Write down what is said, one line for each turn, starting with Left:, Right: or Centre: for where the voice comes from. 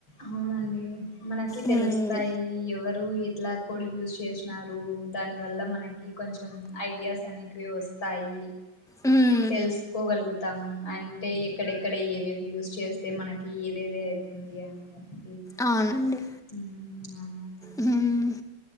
Left: అవునండి మనకి
Centre: హ్మ్,
Left: తెలుస్తాయి ఎవరు ఎట్లా కూడా యూస్ చేసినారు దాని వల్ల మనకి కొంచెం ఐడియాస్ అనే వి వస్తాయి
Centre: హ్మ్,
Left: తెలుసుకోగల్గు తం అంటే ఎక్కడెక్కడ ఏవేవి యూస్ చేస్తే మనకి ఏదేది తంది ఇ
Centre: అవునండి
Left: ఉమ్
Centre: ఉమ్